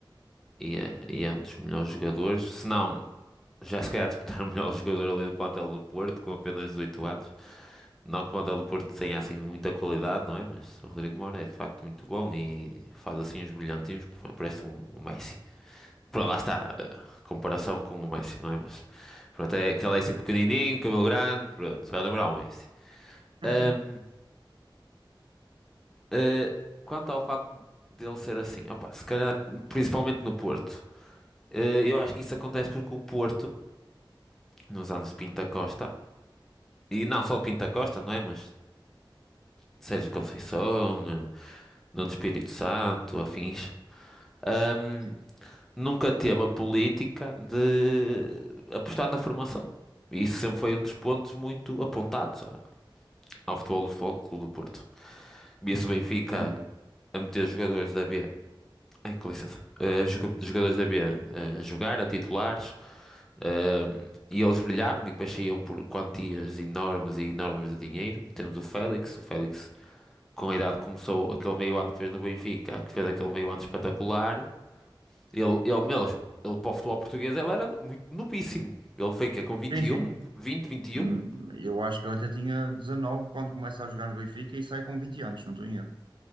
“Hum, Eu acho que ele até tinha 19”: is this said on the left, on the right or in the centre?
Right